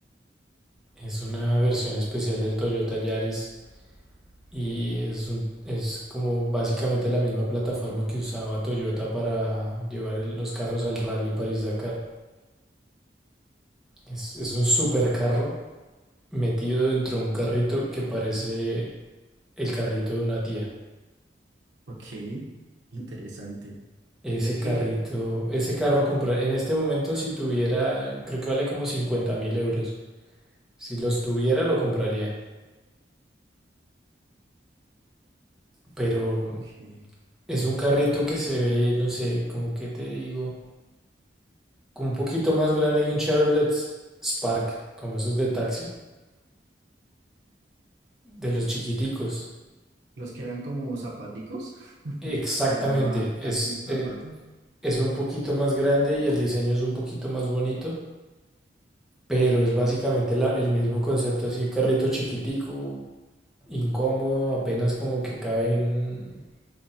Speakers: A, in the centre; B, on the right.
A: Es una versión especial del Toyota Yaris y es un- es como básicamente la misma plataforma que usaba Toyota para llevar el- los carros al Rally París-Dakar. Es, es un supercarro metido dentro de un carrito que parece el carrito de una tía.
B: Ok, interesante.
A: Ese
B: Mira que,
A: carrito, ese carro comprar, en este momento si tuviera, creo que vale como cincuenta mil euros. Si los tuviera lo compraría, pero
B: ok,
A: es un carrito que se ve, no sé, como que te digo, como un poquito más grande que un Chevrolet Spark, como esos de taxi, de los chiquiticos.
B: los que eran como zapaticos, <laughs>
A: Exactamente,
B: se les llamaba
A: es,
B: taxi zapato.
A: eh, es un poquito más grande y el diseño es un poquito más bonito. Pero
B: Ok,
A: es básicamente la- el mismo concepto, así carrito chiquitico, incómodo, apenas como que caben